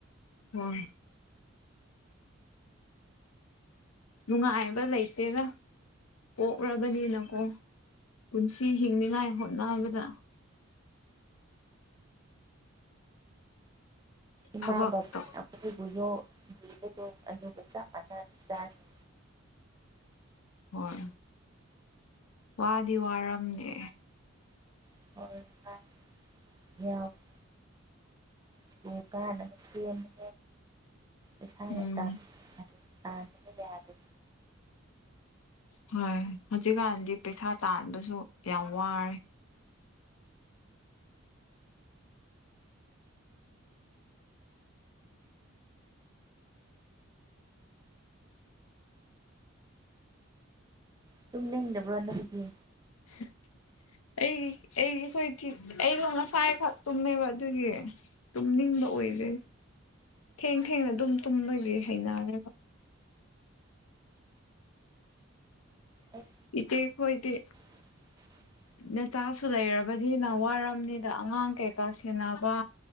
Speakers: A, on the left (about 85°); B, on the right (about 20°).
A: ꯍꯣꯏ ꯅꯨꯡꯉꯥꯏꯕ ꯂꯩꯇꯦꯔ ꯄꯣꯛꯂꯕꯅꯤꯅꯀꯣ ꯄꯨꯟꯁꯤ ꯍꯤꯡꯅꯤꯉꯥꯏ ꯍꯣꯠꯅꯕꯗ
B: ꯏꯃꯥ
A: ꯊꯕꯛꯇꯣ
B: ꯕꯕꯤꯅ ꯑꯩꯈꯣꯏꯕꯨ ꯌꯣ ꯌꯦꯕꯗꯣ ꯑꯗꯨꯒ ꯆꯞ ꯃꯥꯟꯅꯅ ꯏꯆꯥꯁꯤꯡ
A: ꯍꯣꯏ ꯋꯥꯗꯤ ꯋꯥꯔꯝꯗꯦ
B: <unintelligible> ꯁ꯭ꯀꯨꯜ ꯀꯥꯟꯅꯕ ꯁꯦꯝꯕꯦ ꯏꯁꯩꯥꯅ
A: ꯎꯝ
B: ꯇꯥꯛ ꯑꯥ ꯌꯥꯗ
A: ꯍꯣꯏ ꯍꯧꯖꯤꯛꯀꯥꯟꯗꯤ ꯄꯩꯁꯥ ꯇꯥꯟꯕꯁꯨ ꯌꯥꯝ ꯋꯥꯔꯦ
B: ꯇꯨꯝ ꯅꯤꯡꯗꯕ꯭ꯔꯣ ꯅꯨꯃꯤꯗꯤ
A: <inaudible> ꯑꯩ ꯑꯩ ꯑꯩꯈꯣꯏꯤ ꯑꯩꯁꯨꯣ ꯉꯁꯥꯏꯈꯛ ꯇꯨꯝꯃꯦꯕ ꯑꯗꯨꯒꯤ ꯇꯨꯝꯅꯤꯡꯕ ꯑꯣꯏꯔꯦ ꯊꯦꯡ ꯊꯦꯡꯅ ꯑꯗꯨꯝ ꯇꯨꯝꯂꯒꯦ ꯍꯩꯅꯔꯦꯕ
B: ꯑꯩ
A: ꯏꯆꯦ ꯍꯣꯏꯗꯦ
B: <inaudible>
A: ꯅꯇꯥꯁꯨ ꯂꯩꯔꯕꯗꯤꯅ ꯋꯥꯔꯝꯅꯤꯗ ꯑꯉꯥꯡ ꯀꯩꯀꯥ ꯁꯦꯟꯅꯕ